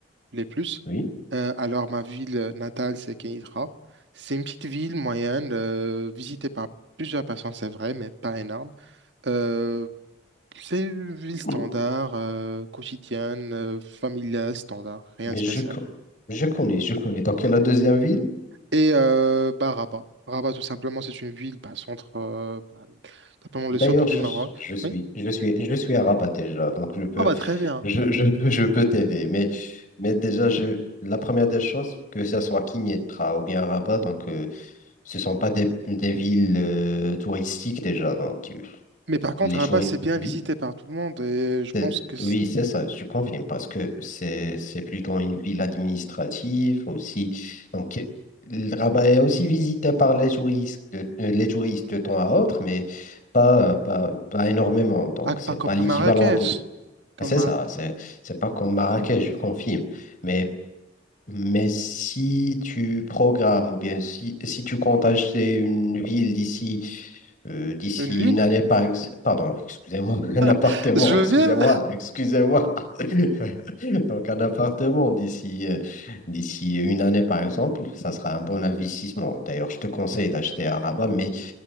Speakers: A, on the right; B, on the left.
A: les plus.
B: oui,
A: Euh, alors, ma ville natale, c'est Kenitra. C'est une petite ville moyenne, euh, visitée par plusieurs personnes, c'est vrai, mais pas énorme. Euh, c'est une ville standard,
B: oui.
A: euh, quotidienne, euh, familiale, standard, rien
B: Mais
A: de spécial.
B: je, co- je connais, je connais. Donc la deuxième ville.
A: Et euh, bah, Rabat. Rabat, tout simplement, c'est une ville, bah, centre, euh, bah, simplement le
B: D'ailleurs,
A: centre du
B: je,
A: Maroc.
B: suis- je suis
A: Oui.
B: je suis je suis à Rabat déjà, donc je peux
A: Ah bah très bien.
B: je, je peux je peux t'aider. Mais mais déjà je la première des choses, que ce soit Kinetra ou bien Rabat, donc euh, ce sont pas des, des villes euh, touristiques déjà, donc. euh,
A: Mais par contre,
B: Les
A: Rabat,
B: jours,
A: c'est bien
B: oui,
A: visité par tout le monde et je
B: c'est-
A: pense que c'est
B: oui, c'est ça, je confirme, parce que c'est c'est plutôt une ville administrative aussi. Donc, le Rabat est aussi visité par les touristes, de- euh, les touristes de temps à autre, mais pas, pas, pas énormément. Donc,
A: pas, pas
B: c'est
A: comme
B: pas
A: comme
B: l'équivalent
A: Marrakech,
B: de.
A: comme
B: Ah, C'est
A: Mar-
B: ça, c'est c'est pas comme Marrakech, je confirme. Mais, mais si tu programmes ou bien si, si tu comptes acheter une ville d'ici euh, d'ici
A: une ville.
B: une année, par ex- pardon, excusez-moi, <laughs> un
A: <laughs>
B: appartement,
A: Je
B: excusez-moi,
A: veux bien.
B: excusez-moi. <laughs> Donc, un appartement d'ici euh, d'ici une année, par exemple, ça sera un bon investissement. D'ailleurs, je te conseille d'acheter à Rabat, mais,